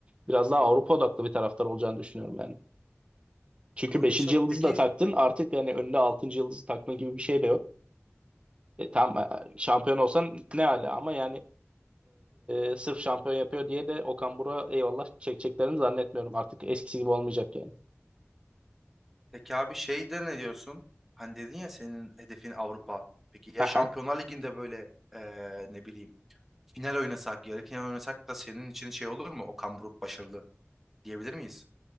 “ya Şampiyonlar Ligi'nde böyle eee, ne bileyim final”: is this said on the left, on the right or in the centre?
Centre